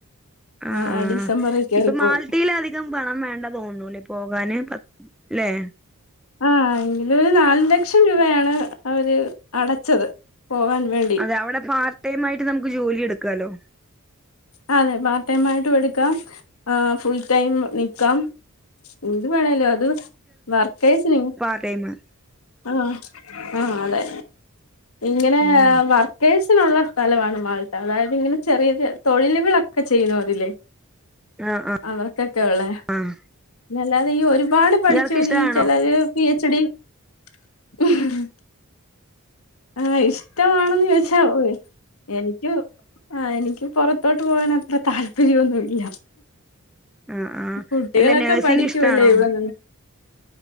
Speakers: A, in the centre; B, on the left.
A: ആ
B: ആഹ്
A: ആ
B: ഡിസംബറിൽ കേറിപ്പോയി
A: ഇപ്പ മാൾട്ടീല് അതികം പണം വേണ്ട തോന്നുന്നു <unintelligible> പോകാന് പറ്റ് ലെ.
B: ആ എങ്കിലും ഒരു നാല് ലക്ഷം രൂപയാണ് അവര് അടച്ചത്. പോകാൻ വേണ്ടി
A: അതെ അവിടെ പാർട്ട് ടൈമായിട്ട് നമക്ക് ജോലി എടുക്കാല്ലോ.
B: ആ അതെ. പാർട്ട് ടൈം ആയിട്ടും എടുക്കാം ഫുൾ ടൈം ക്കാം. എന്ത് വേണേയ്ലു അത് വർക്കേസിന് -
A: പാർ ടൈമ്.
B: ആ ആ അതെ. ഇങ്ങനെ
A: ഉം
B: വർക് കേഴ്സിനുള്ള സ്ഥലമാണ് മാൾട്ട. അതായത് ഇങ്ങനെ ചെറിയ തൊഴിലുകളൊക്കെ ചെയ്യുന്നോര്ല്ലെ.
A: ആഹ് ആഹ്
B: അവർക്കൊക്കെ ഉള്ളെ.
A: ആഹ്
B: അല്ലാതെ ഈ ഒരുപാട് പഠിച്ചോല്
A: ഇയാൾക്ക് ഇഷ്ടാണോ
B: ചെലര് പി എച്ച് ഡി. <inaudible> ആഹ് ഇഷ്ടമാണെന്ന് ചോദിച്ച ഓഹ് എനിക്ക് ആ എനിക്ക് പൊറത്തോട്ട് പോകാൻ അത്ര താല്പര്യൊന്നുല്ല.
A: ആഹ് ആഹ്
B: കുട്ടികളൊക്കെ
A: അല്ല നഴ്സിംഗ്
B: പഠിക്ക്വല്ലേ
A: ഇഷ്ടാണോ
B: ഇവിടെ നിന്ന്.